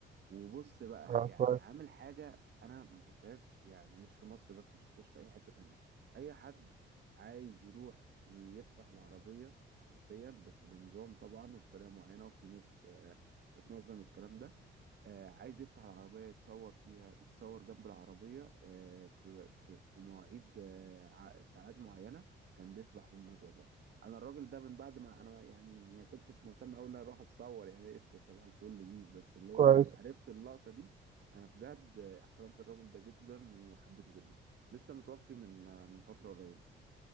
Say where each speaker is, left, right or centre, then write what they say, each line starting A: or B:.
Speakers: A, on the right; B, on the right.
A: وبص بقى
B: اه
A: يعني
B: كويس
A: عامل حاجة أنا ما شفتهاش يعني مش في مصر بس ما شفتهاش في أي حتة تانية أي حد عايز يروح يفتح العربية حرفيا بس بنظام طبعا وبطريقة معينة وفي ناس آه، بتنظم الكلام ده آه، عايز يفتح العربية يتصور فيها يتصور جنب العربية آه، في في في مواعيد آه، ع- ساعات معينة كان بيسبح بالموضوع ده انا الراجل ده من بعد ما انا يعني ما كنتش مهتم قوي ان انا اروح اتصور يعني قشطه صباح الفل بيس بس اللي هو
B: كويس
A: لما عرفت اللقطه دي انا بجد احترمت الراجل ده جدا وحبيته جدا لسه متوفي من من فتره قريبه